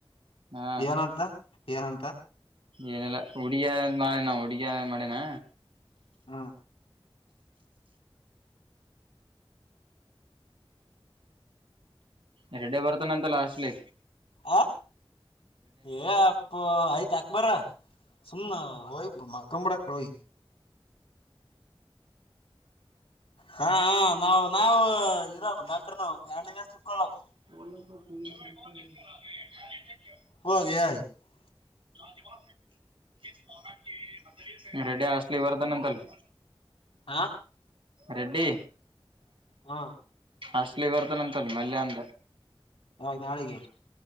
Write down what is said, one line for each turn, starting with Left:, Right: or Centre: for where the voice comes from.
Right: ಹಾ
Left: ಏನಂತ ಏನಂತ
Right: ಏನಿಲ್ಲ ಹುಡಿಯಾರ ಮಾಡಳೆನಾ ಹುಡಿಯರ್ ಮಾಡೆನಾ
Left: ಹ
Right: ಎರಡೆ ಬರ್ತ ನಂತಲ್ಲ ಹಾಸ್ಟಲಿ
Left: ಆ ಏ ಅಪ್ಪ ಆಯ್ತ್ ಹಾಕ್ ಬಾರೊ ಸುಮ್ನೆ ಹಯ ಮ ಕಂ ಬಳ ಕಡೋ <unintelligible> ಹಾ ಹಾ ನಾವು ನಾವು ಇರೋದ್ ಡಾಕ್ಟರ್ ನಾವು ಎಣ್ಣಗ ಚಿಕ್ಕಳಾವು.
Right: ತ <unintelligible>
Left: ಹಾಗಯಿ <unintelligible>
Right: ಜವಾ ಸ <unintelligible> ರೆಡ್ಡಿ ಹಾಸ್ಟೆಲಿಗೆ ಬರತ್ತ್ ಅಂತ ಅಲ್ಲ
Left: ಹ
Right: ರೆಡ್ಡಿ
Left: ಹಾ
Right: ಹಾಸ್ಟಲಿ ಬರ್ತಾನಂತಲ್ ಮಲ್ಯ ಅಂ
Left: ಆವಾಗ ನಾಳೆಗೆ